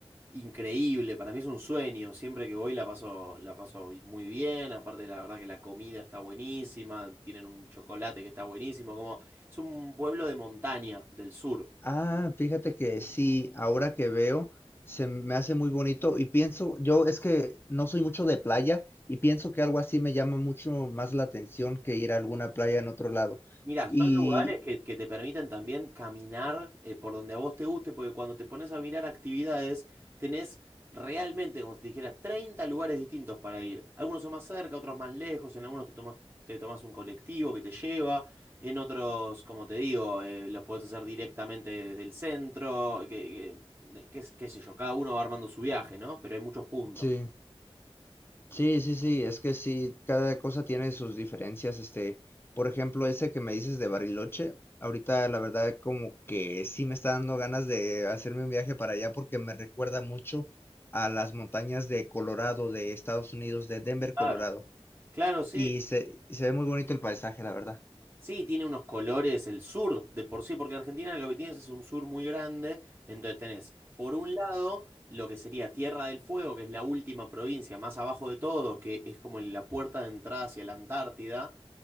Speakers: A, on the right; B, on the left.
A: increíble, para mí es un sueño, siempre que voy la paso, la paso bi- muy bien, aparte la verdad que la comida está buenísima, tienen un chocolate que está buenísimo, como es un pueblo de montaña del sur.
B: Ah, fíjate que sí, ahora que veo, se me hace muy bonito y pienso, yo es que no soy mucho de playa y pienso que algo así me llama mucho más la atención que ir a alguna playa en otro lado.
A: Mira,
B: Y
A: son lugares que, que te permiten también caminar eh, por donde a vos te guste, porque cuando te pones a mirar actividades, tenés realmente, como si te dijera, 30 lugares distintos para ir. Algunos son más cerca, otros más lejos, en algunos te tomas, te tomas un colectivo que te lleva, en otros, como te digo, eh, los podés hacer directamente desde el centro, que, que- de- qué, qué sé yo, cada uno va armando su viaje, ¿no? Pero hay muchos puntos.
B: sí. Sí, sí, sí, es que sí, cada cosa tiene sus diferencias, este, por ejemplo, ese que me dices de Bariloche, ahorita la verdad como que sí me está dando ganas de hacerme un viaje para allá porque me recuerda mucho a las montañas de Colorado, de Estados Unidos, de Denver,
A: Claro.
B: Colorado,
A: Claro, sí.
B: y se, y se ve muy bonito el paisaje, la verdad.
A: Sí, tiene unos colores el sur de por sí, porque Argentina lo que tienes es un sur muy grande, entonces tenés por un lado lo que sería Tierra del Fuego, que es la última provincia más abajo de todo, que es como la puerta de entrada hacia la Antártida,